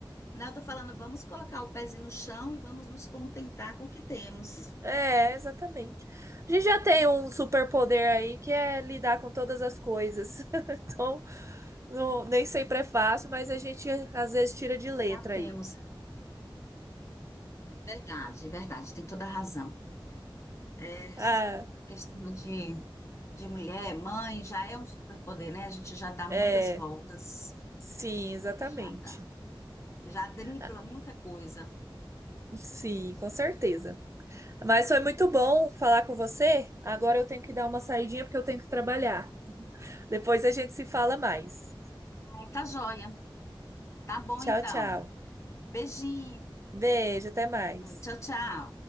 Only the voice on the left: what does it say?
Não, eu tô falando, vamos colocar o pezinho no chão e vamos nos contentar com o que temos.
Já temos.
Verdade, verdade, tem toda a razão. É,
questão de, de mulher, mãe, já é um superpoder, né? A gente já dá muitas
voltas,
já dá- já dribla
muita coisa.
É, Tá joia. Tá bom,
então.
Beijinho.
Tchau, tchau.